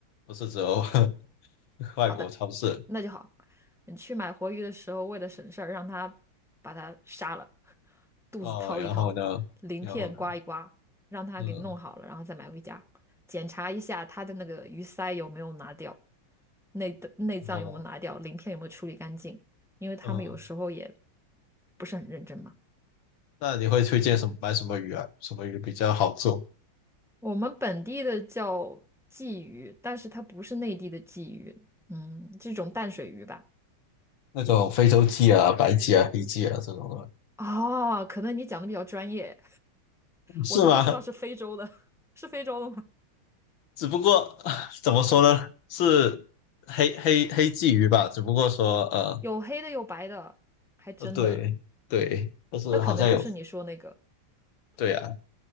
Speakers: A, on the left; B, in the centre.
A: 不是只有 <laughs> 外国超市
B: 好的，那就好。你去买活鱼的时候，为了省事儿，让他把它杀了，肚子掏一掏，
A: 哦。然后呢，
B: 鳞片刮一刮，
A: 然后呢，
B: 让他给弄好了，
A: 嗯，
B: 然后再买回家，检查一下他的那个鱼鳃有没有拿掉，内的内脏有没有拿掉，
A: 哦，
B: 鳞片有没有处理干净，因为他们有时候也
A: 嗯，
B: 不是很认真嘛。
A: 那你会推荐什么买什么鱼啊？什么鱼比较好做？
B: 我们本地的叫鲫鱼，但是它不是内地的鲫鱼，嗯，这种淡水鱼吧。
A: 那种非洲鲫啊、白鲫啊、黑鲫啊这种的，
B: 哦，可能你讲的比较专业，
A: 是吗？
B: 我都不知道是非洲的，<laughs> 是非洲的吗？
A: 只不过啊 <laughs> 怎么说呢，是黑黑黑鲫鱼吧？只不过说呃
B: 有黑的，有白的，还真的，
A: 呃，对对，就是好像有
B: 那可能就是你说那个，
A: 对啊。